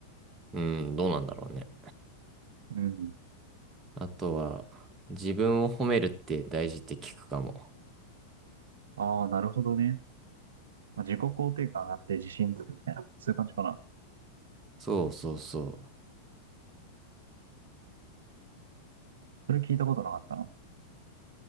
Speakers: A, on the right; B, on the right.
A: うん、どうなんだろうね。
B: うん。
A: あとは、自分を褒めるって大事って聞くかも。
B: ああ、なるほどね。まあ、自己肯定感上がって自信つくみたいな、そういう感じかな。
A: そうそうそ
B: それ聞いたことなかったな。